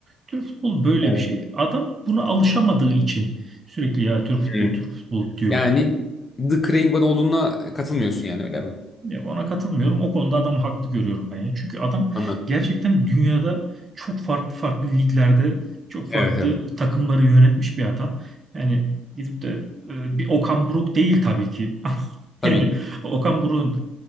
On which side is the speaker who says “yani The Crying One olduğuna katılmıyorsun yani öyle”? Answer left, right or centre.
Left